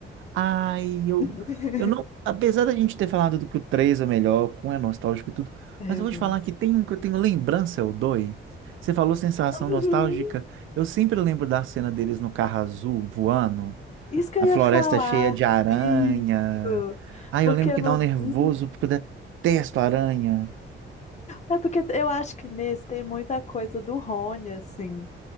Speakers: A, on the right; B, on the left.
A: Ai, eu.
B: <laughs>
A: Eu não. Apesar da gente ter falado do que o 3 é o melhor, com é nostálgico e tudo,
B: É,
A: mas
B: eu
A: eu vou
B: gosto.
A: te falar que tem um que eu tenho lembrança, é o 2. Você falou sensação
B: Uhum,
A: nostálgica. Eu sempre lembro da cena deles no carro azul voando,
B: isso que
A: a
B: eu ia
A: floresta
B: falar.
A: cheia de aranha.
B: Isso.
A: Ai,
B: Porque
A: eu lembro que
B: no.
A: dá um nervoso
B: Uhum.
A: porque eu detesto aranha.
B: É porque eu acho que nesse tem muita coisa do Rony, assim.